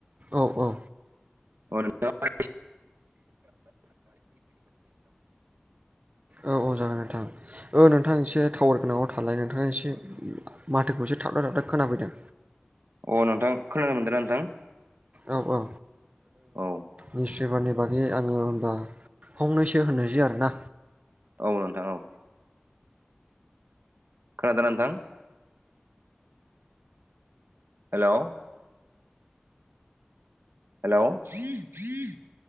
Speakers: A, on the right; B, on the right.
A: औ-औ
B: <unintelligible>
A: औ-औ जागोन नोंथां ओ नोंथां एसे टावार गोनाङाव थालाय नोंथाङा एसे माथोखौ एसे थाबथाय थाबथाय खोनाफैदों
B: अ नोंथां खोनानो मोनदोंना नोंथां?
A: औ-औ ओ
B: औ
A: निउस पेपारनि बागै आङो होनबा फंनैसो होनोसै आरो ना
B: औ नोंथां औ खोनादोंना नोंथां? हेल' हेल'